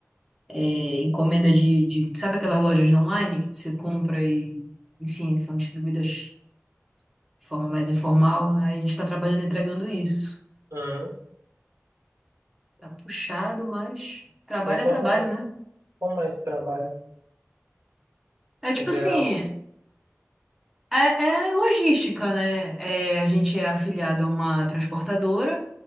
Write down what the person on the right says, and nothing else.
Hum,
E como,
como é esse trabalho,
no geral?